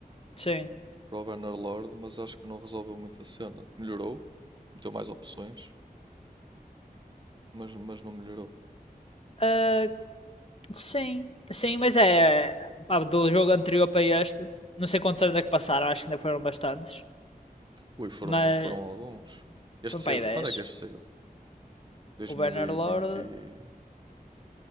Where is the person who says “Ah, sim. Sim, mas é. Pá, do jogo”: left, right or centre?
Left